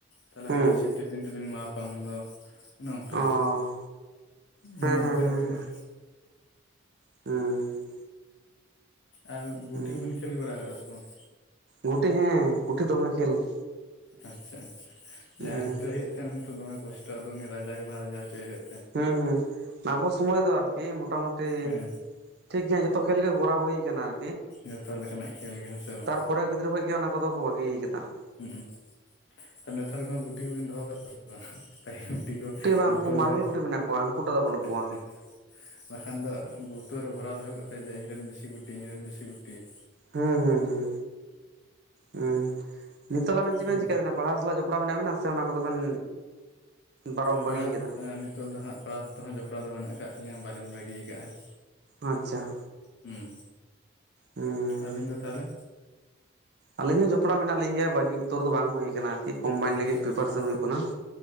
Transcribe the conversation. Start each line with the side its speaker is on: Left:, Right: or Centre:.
Left: ᱛᱟᱦᱚᱞᱮ
Right: ᱦᱩᱸ
Left: ᱦᱚᱭᱛᱚ ᱥᱤᱯ ᱴᱤᱯᱤᱱ ᱛᱤᱵᱤᱱ ᱢᱟᱯᱟ ᱩᱱᱫᱚ ᱾ ᱚᱱᱮ ᱚᱱᱠᱟ
Right: ᱚ
Left: ᱟᱨᱠᱤ
Right: ᱦᱮᱸ
Left: ᱚᱱᱮ
Right: ᱦᱮᱸ
Left: ᱚᱠᱚᱭᱟᱜ
Right: ᱦᱮᱸ
Left: ᱛᱤᱱᱟᱹᱜ
Right: ᱦᱮᱸ
Left: ᱾
Right: ᱦᱩᱸ ᱾
Left: ᱟᱨ ᱜᱩᱴᱤ
Right: ᱦᱩᱸ
Left: ᱠᱚᱵᱤᱱ ᱠᱷᱮᱞ ᱵᱟᱲᱟᱣ ᱠᱟᱜ-ᱟ ᱥᱮ ᱵᱟᱝ?
Right: ᱜᱩᱴᱤ ᱦᱮᱸ, ᱜᱩᱴᱤ ᱫᱚᱢᱮ ᱠᱷᱮᱞ ᱾
Left: ᱟᱪᱪᱷᱟ ᱟᱪᱪᱷᱟ,
Right: ᱦᱩᱸ
Left: ᱡᱟᱦᱟᱸᱭ ᱦᱩᱴᱟᱹᱣᱮ ᱦᱩᱭᱩᱜ ᱛᱟᱦᱮᱸᱫ ᱩᱱᱤ ᱛᱚ ᱫᱚᱢᱮ ᱠᱚᱥᱴᱚ ᱟᱫᱚ ᱩᱱᱤ ᱨᱟᱡᱟ ᱜᱮ ᱵᱟᱝ ᱨᱟᱡᱟ ᱦᱚᱪᱚᱣᱟᱭ ᱦᱳᱭᱳᱜ
Right: ᱦᱩᱸ ᱦᱩᱸ, ᱟᱵᱚ ᱥᱚᱢᱚᱭ ᱫᱚ ᱟᱨᱠᱤ ᱢᱳᱴᱟᱢᱩᱴᱤ
Left: ᱦᱮᱸ
Right: ᱴᱷᱤᱠᱜᱮᱭᱟ ᱡᱚᱛᱚ ᱠᱷᱮᱞ ᱜᱮ ᱠᱚᱨᱟᱣ ᱦᱩᱭ ᱠᱟᱱᱟ ᱟᱨ
Left: ᱡᱚᱛᱚ ᱞᱮᱠᱟᱱᱟᱜ ᱠᱷᱮᱞ ᱜᱮ ᱦᱮᱸ ᱥᱮ ᱵᱟᱝ?
Right: ᱯᱚᱨᱮ ᱜᱤᱫᱽᱨᱟᱹ ᱠᱷᱚᱡ ᱜᱮ ᱚᱱᱟ ᱠᱚᱫᱚ ᱠᱚ ᱵᱟᱹᱜᱤ ᱠᱟᱫᱟ ᱾
Left: ᱦᱩᱸᱜ ᱩᱸ, ᱟᱨ ᱱᱮᱛᱟᱨ ᱠᱚᱦᱚᱸ ᱜᱩᱴᱤ ᱠᱚᱵᱮᱱ ᱫᱚᱦᱚ ᱠᱟᱜ ᱠᱚᱣᱟ ᱥᱮ ᱵᱟᱝ? ᱯᱟᱹᱦᱤᱞ ᱜᱩᱴᱤ ᱠᱚ
Right: ᱵᱟᱝ
Left: ᱵᱳᱛᱳᱞ
Right: ᱩᱱᱠᱩ ᱢᱟᱨᱵᱮᱞ
Left: ᱨᱮ,
Right: ᱜᱩᱴᱤ ᱢᱮᱱᱟᱜ ᱠᱚᱣᱟ ᱦᱟᱹᱱᱠᱩ ᱴᱟᱜ ᱫᱚ ᱵᱟᱹᱱᱩᱜ
Left: ᱟᱪᱪᱷᱟ᱾
Right: ᱠᱚᱣᱟ
Left: ᱵᱟᱠᱷᱟᱱ ᱫᱚ ᱵᱳᱛᱳᱞ ᱨᱮ ᱵᱷᱚᱨᱟᱣ ᱫᱚᱦᱚ ᱠᱟᱛᱮᱫ, ᱡᱮ ᱤᱧᱨᱮᱱ ᱵᱮᱥᱤ ᱜᱩᱴᱤ ᱤᱧᱨᱮᱱ ᱵᱮᱥᱤ ᱜᱩᱴᱤ ᱾
Right: ᱦᱩᱸ ᱦᱩᱸ ᱦᱩᱸ ᱦᱩᱸ, ᱱᱤᱛᱳᱜ ᱛᱟᱦᱞᱮ ᱪᱮᱫ
Left: ᱟᱨ
Right: ᱵᱮᱱ ᱪᱤᱠᱟᱹᱭᱫᱟ ᱚᱱᱟ ᱯᱟᱲᱦᱟᱣ ᱥᱟᱞᱟᱜ ᱡᱚᱯᱲᱟᱣ ᱢᱮᱱᱟᱜ ᱵᱮᱱᱟ, ᱥᱮ ᱚᱱᱟ ᱠᱚᱫᱚ ᱵᱮᱱ ᱯᱟᱨᱚᱢ
Left: ᱯᱟᱲᱦᱟᱣ
Right: ᱵᱟᱹᱜᱤᱭ
Left: ᱥᱟ
Right: ᱠᱟᱫᱟ
Left: ᱟ ᱱᱤᱛᱳᱜ ᱫᱚ ᱦᱟᱸᱜ ᱯᱟᱲᱦᱟᱣ ᱥᱟᱛᱮ ᱫᱚ ᱦᱟᱸᱜ ᱡᱚᱯᱲᱟᱣ ᱫᱚ ᱢᱮᱱᱟᱜ ᱠᱟᱜ ᱛᱤᱧᱟᱹ ᱵᱟᱹᱞᱤᱧ ᱵᱟᱹᱜᱤᱣ ᱠᱟᱜ-ᱟ ᱾
Right: ᱟᱪᱪᱷᱟ ᱾
Left: ᱦᱩᱸ,
Right: ᱦᱩᱸ
Left: ᱟᱹᱵᱤᱱ ᱫᱚ ᱛᱟᱦᱚᱞᱮ?
Right: ᱟᱹᱞᱤᱧ ᱦᱚᱸ ᱡᱚᱯᱲᱟᱣ ᱢᱮᱱᱟᱜ ᱞᱤᱧ ᱜᱮᱭᱟ ᱵᱟᱹᱜᱤ ᱩᱛᱟᱹᱨ ᱫᱚ ᱵᱟᱝ ᱦᱩᱭ ᱠᱟᱱᱟ ᱟᱹᱨᱠᱤ ᱠᱚᱢᱵᱟᱭᱤᱱᱰ
Left: ᱟᱪᱪᱷᱟ
Right: ᱞᱟᱹᱜᱤᱫ ᱯᱨᱤᱯᱟᱨᱮᱥᱚᱱ
Left: ᱟᱪᱪᱷᱟ
Right: ᱦᱩᱭᱩᱜ ᱠᱟᱱᱟ ᱾